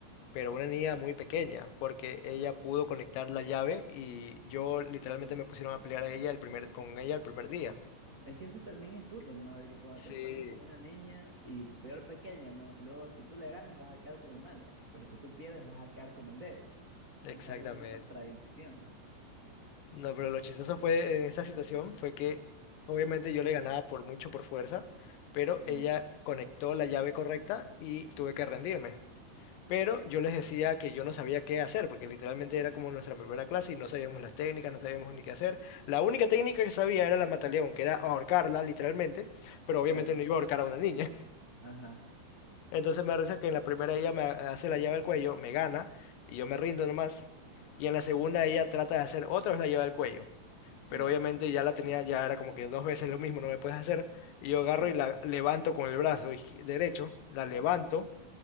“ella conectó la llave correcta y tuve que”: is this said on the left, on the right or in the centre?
Left